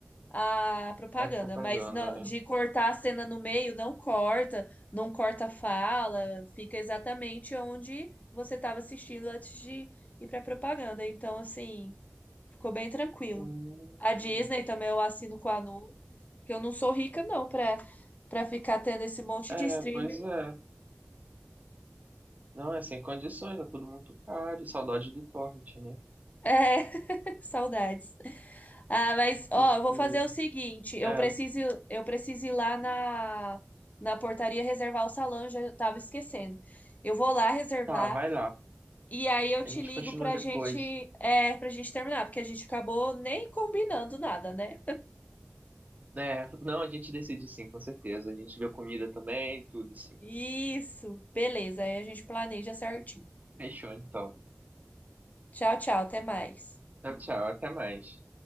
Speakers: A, on the left (about 35°); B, on the right (about 35°).
A: a propaganda.
B: É propaganda,
A: Mas não-
B: né?
A: de cortar a cena no meio, não corta, não corta a fala, fica exatamente onde você estava assistindo antes de ir pra propaganda. Então, assim, ficou bem tranquilo.
B: Hum,
A: A Disney também eu assino com a Nu. Porque eu não sou rica, não, pra, pra ficar tendo esse monte
B: é,
A: de streamer.
B: é, pois é. Não, é sem condições, é tudo muito caro. Saudade do Torrent, né?
A: É, <laughs> saudades. Ah, mas, ó,
B: Porque,
A: eu vou fazer o seguinte: eu
B: é,
A: preciso, eu preciso ir lá na, na portaria reservar o salão, já tava esquecendo. Eu vou lá reservar
B: tá, vai lá.
A: e aí eu te
B: A gente
A: ligo
B: continua
A: pra
B: depois.
A: gente, é, pra gente terminar, porque a gente acabou nem combinando nada, né?
B: É, não, a gente decide sim, com certeza. A gente vê a comida também, tudo sim.
A: Isso, beleza, aí a gente planeja certinho.
B: Fechou, então.
A: Tchau, tchau, até mais.
B: Tchau, tchau, até mais.